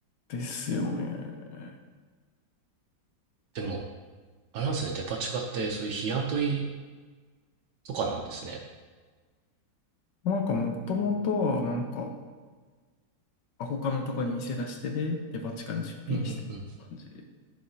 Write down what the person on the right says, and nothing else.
でも、あれなんですね、デパ地下って、そういう日雇いとかなんですね。
うんうんうん。